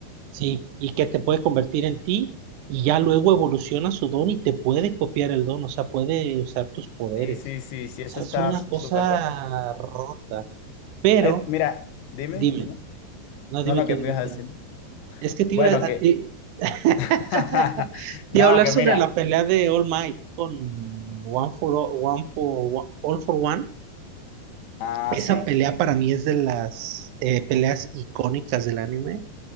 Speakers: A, on the right (about 75°); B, on the left (about 75°).
A: sí, y que te puede convertir en ti. Y ya luego evoluciona su don y te puede copiar el don, o sea, puede usar tus poderes.
B: Sí, sí, sí, sí, eso
A: sea,
B: está
A: es una
B: súper
A: cosa
B: roto.
A: rota. Pero,
B: Es- mira, dime,
A: dime,
B: dime.
A: no,
B: No,
A: dime
B: no,
A: tú,
B: qué me
A: dime
B: ibas a decir?
A: tú. Es que te
B: Bueno,
A: iba a,
B: que...
A: ti- <laughs> te
B: <laughs> no,
A: iba a hablar
B: que
A: sobre
B: mira.
A: la pelea de All Might con One for All, One for, All for One.
B: Ah,
A: Esa
B: sí.
A: pelea para mí es de las eh, peleas icónicas del anime.